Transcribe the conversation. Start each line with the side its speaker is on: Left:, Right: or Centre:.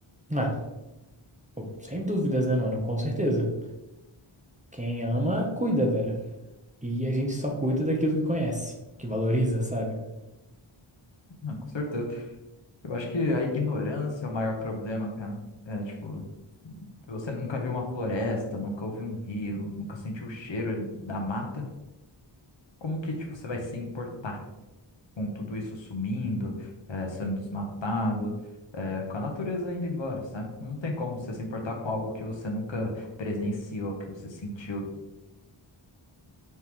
Right: Ah, pô, sem dúvidas, né, mano? Com certeza. Quem ama, cuida, velho. E a gente só cuida daquilo que conhece, que valoriza, sabe?
Left: Não, com certeza. Eu acho que a ignorância é o maior problema, cara. É, tipo... Você nunca viu uma floresta, nunca ouviu um rio, nunca sentiu o cheiro da mata. Como que, tipo, você vai se importar com tudo isso sumindo, eh, sendo desmatado, eh, com a natureza indo embora, sabe? Não tem como você se importar com algo que você nunca presenciou, que você sentiu.